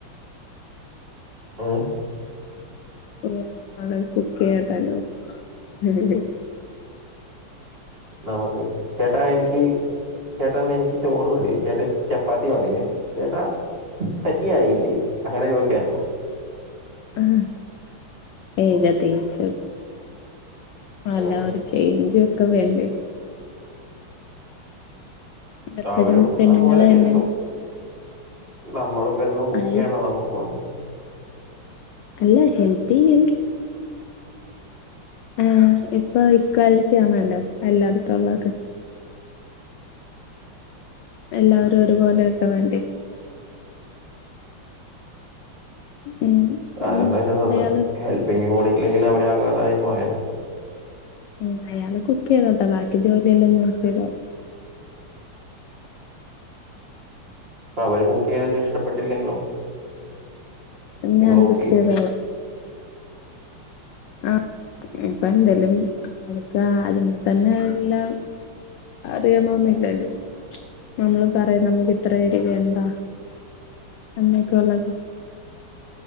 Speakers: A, on the right; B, on the left.
A: ഏ
B: ഓ നമ്മള് കുക്കെയ്താലോ ഹ്-ഹ്-ഹ്-ഹ്
A: നമുക്ക് ചേട്ടാ എനിക്ക് ചേട്ടാ ഒന്നെനിക്ക് ക്ക് ചോറ് മതിയെ ചേട്ടാ എനിക്ക് ചപ്പാത്തി മതിയെ ചേട്ടാ കറ്റീവായില്ലേ അങ്ങനെ ചോയിക്കാനാണോ
B: ആ ഏ ഏകദേശം ആല്ല
A: ഉം
B: ഒരു ചേഞ്ചൊക്കെ വേണ്ടേ എപ്പഴും
A: തവരും
B: പെണ്ണുങ്ങള്
A: അതുപോലെ കരുതും
B: തന്നെ
A: നമ്മളിപ്പെന്നും കുക്കെയ്യണാ
B: അൽ
A: നമുക്ക് വന്നു
B: അല്ല ഹെൽപ്പെയ്യും ആ ഇപ്പൊ ഇക്വാലിറ്റി ആണല്ലോ എല്ലാടത്തുള്ളത് എല്ലാവരും ഒരുപോലെയൊക്കെ വേണ്ടെ ഉം
A: അതെന്താലും
B: ഉം
A: നന്നായി
B: അയാള്
A: ഹെൽപ്പിംഗുംകൂടി ഇല്ലെങ്കിൽ അവരാകെ ഇതായി പോയേനെ
B: ഉം അയാള് കുക്കെയ്തോട്ടെ ബാക്കി ജോലിയെല്ലാം ഞാൻചെയ്തോളാം
A: അപ്പൊ അവര് കുക്കെയ്തിട്ട് ഇഷ്ടപ്പെട്ടില്ലെങ്കിലോ നിങ്ങൾ
B: ഞാൻ
A: കുക്ക്
B: കുക്കെയ്തോളാം
A: ചെയ്യോ
B: ആഹ് ഇപ്പൊ എന്തേലും അതൊക്കെ ആദ്യമേ തന്നെ എല്ലാം അറിയണോന്നില്ലല്ലോ നമ്മള് പറയും നമുക്ക് ഇത്രേരിവ് വേണ്ട എന്നൊക്കുള്ളത്